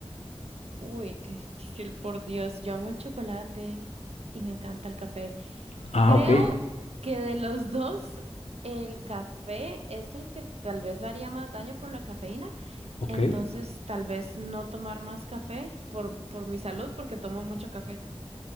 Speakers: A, on the right (about 75°); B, on the left (about 80°).
A: Uy, qué difícil, por Dios. Yo amo el chocolate y me encanta el café.
B: Ah,
A: Creo
B: ok.
A: que de los dos, el café es el que tal vez haría más daño por la cafeína.
B: Ok.
A: Entonces, tal vez no tomar más café por, por mi salud, porque tomo mucho café.